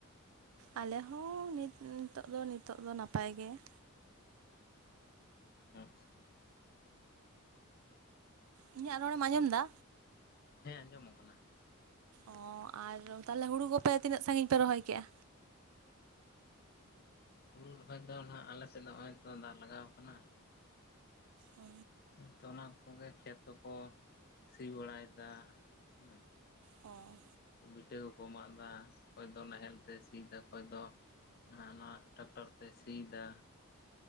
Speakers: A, on the right (about 75°); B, on the left (about 45°).
A: ᱟᱞᱮ ᱦᱚᱸ ᱱᱤᱛ ᱱᱤᱛᱚᱜ ᱫᱚ ᱱᱤᱛᱚᱜ ᱫᱚ ᱱᱟᱯᱟᱭ ᱜᱮ ᱾
B: ᱟᱪᱪᱷᱟ,
A: ᱤᱧᱟᱹᱜ ᱨᱚᱲ ᱮᱢ ᱟᱸᱡᱚᱢ ᱫᱟ?
B: ᱦᱮᱸ ᱟᱸᱡᱚᱢ ᱚᱜ ᱠᱟᱱᱟ ᱾
A: ᱚ ᱟᱨ ᱛᱟᱦᱞᱮ ᱦᱩᱲᱩ ᱠᱚᱯᱮ ᱛᱤᱱᱟᱹᱜ ᱥᱟᱸᱜᱤᱧ ᱯᱮ ᱨᱚᱦᱚᱭ ᱠᱮᱜᱼᱟ?
B: ᱦᱩᱲᱩ ᱨᱚᱦᱚᱭ ᱫᱚ ᱱᱟᱸᱜ ᱟᱞᱮ ᱥᱮᱫ ᱱᱚᱸᱜᱼᱚᱭ ᱛᱚ ᱫᱟᱜ ᱞᱟᱜᱟᱣ ᱠᱟᱱᱟ᱾
A: ᱚ᱾
B: ᱦᱮᱸ ᱛᱚ ᱚᱱᱟ ᱠᱚᱜᱮ ᱠᱷᱮᱛ ᱠᱚ ᱥᱤ ᱵᱟᱲᱟᱭ ᱫᱟ ᱦᱮᱸ᱾
A: ᱚ᱾
B: ᱵᱤᱴᱟᱹ ᱠᱚᱠᱚ ᱢᱟᱜ ᱫᱟ ᱚᱠᱚᱭ ᱫᱚ ᱱᱟᱸᱦᱮᱞ ᱛᱮ ᱥᱤᱭ ᱫᱟ, ᱚᱠᱚᱭ ᱫᱚ ᱟ ᱱᱚᱣᱟ ᱱᱟᱣᱟ ᱴᱨᱟᱠᱴᱚᱨ ᱛᱮᱭ ᱥᱤᱭ ᱫᱟ,